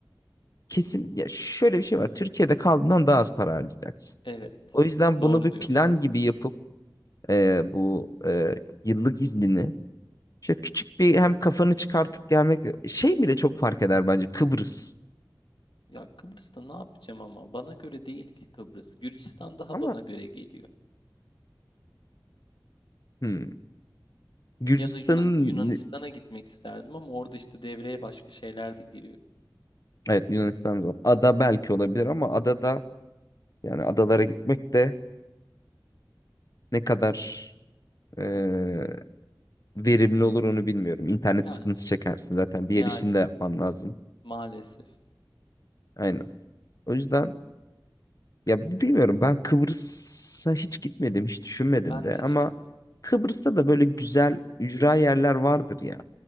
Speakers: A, on the left; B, on the left.
A: kesin ya şöyle bir şey var. Türkiye'de kaldığından daha az para harcayacaksın.
B: Evet.
A: O yüzden
B: Doğru
A: bunu bir
B: diyorsun.
A: plan gibi yapıp e, bu e, yıllık iznini İşte küçük bir hem kafanı çıkartıp gelmek şey bile çok fark eder bence Kıbrıs.
B: Ya Kıbrıs'ta ne yapacağım ama bana göre değil ki Kıbrıs. Gürcistan daha
A: Ama
B: bana göre geliyor.
A: hmm, Gürcistan'ın
B: Ya da Yunan Yunanistan'a gitmek isterdim ama orada işte devreye başka şeyler de giriyor.
A: evet Yunanistan zor. Ada belki olabilir ama adada yani adalara gitmek de ne kadar e, verimli olur onu bilmiyorum. İnternet
B: Yani
A: sıkıntısı çekersin zaten.
B: yani
A: Diğer işini de yapman lazım.
B: maalesef.
A: Aynen. O yüzden ya bi- bilmiyorum ben Kıbrıs'a hiç gitmedim, hiç düşünmedim
B: Ben
A: de
B: de
A: ama
B: hiç gitmedim.
A: Kıbrıs'ta da böyle güzel ücra yerler vardır ya